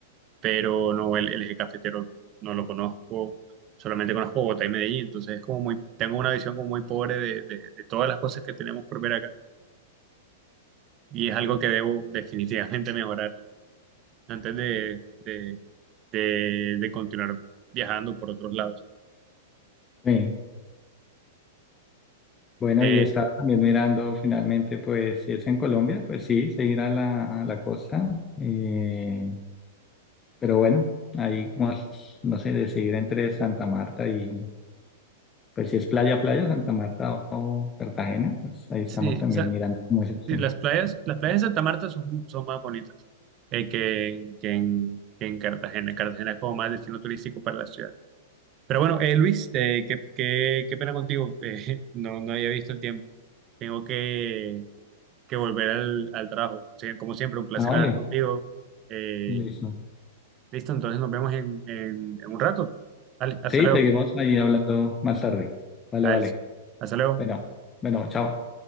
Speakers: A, on the right; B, on the left.
A: pero no, el, el eje cafetero no lo conozco. Solamente conozco Bogotá y Medellín, entonces es como muy, tengo una visión como muy pobre de, de de todas las cosas que tenemos por ver acá y es algo que debo definitivamente mejorar. antes de, de, de- de continuar viajando por otros lados.
B: sí. Bueno,
A: Eh,
B: y estaba también mirando finalmente, pues si es en Colombia, pues sí, se irá a la, a la costa. eh, pero bueno, ahí como, es, no sé, decidir entre Santa Marta y, pues si es playa, playa, Santa Marta o Cartagena, pues ahí estamos
A: sí,
B: también
A: o sea,
B: mirando como esa opción.
A: sí, las playas, las playas de Santa Marta son, son más bonitas eh, que, en, que en- que en Cartagena. Cartagena es como más destino turístico para la ciudad. Pero bueno, eh, Luis, eh, qué, qué- qué pena contigo. <laughs> eh, no, no había visto el tiempo. Tengo que, que volver al, al trabajo. Sí, como siempre, un placer
B: Ah, vale,
A: hablar contigo. Eh,
B: listo.
A: listo, entonces nos vemos en, en en un rato. Vale, hasta
B: Sí,
A: luego.
B: seguimos ahí hablando más tarde. Vale,
A: A
B: vale.
A: Elsa. Hasta luego.
B: Bueno, bueno, chao.